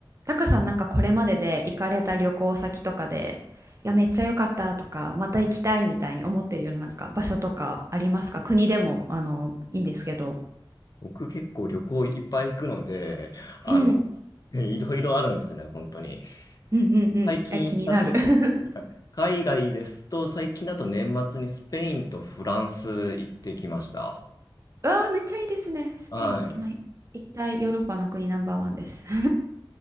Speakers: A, on the right; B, on the left.
A: タカさんなんかこれまでで行かれた旅行先とかで、いや、めっちゃ良かったとか、また行きたいみたいに思ってるようななんか場所とかありますか国でも、あの、いいんですけど。
B: 僕結構旅行いっぱい行くので、あの、
A: うん。
B: <laughs> いろいろあるんですね、本当に。
A: うんうんうん。
B: 最近行ったとこ、
A: <laughs> え、気になる。<laughs>
B: 海外ですと、最近だと年末にスペインとフランス行ってきました。
A: うわあ、めっちゃいいですね。スペイン、
B: はい。
A: 今行きたいヨーロッパの国ナンバーワンです。<laughs>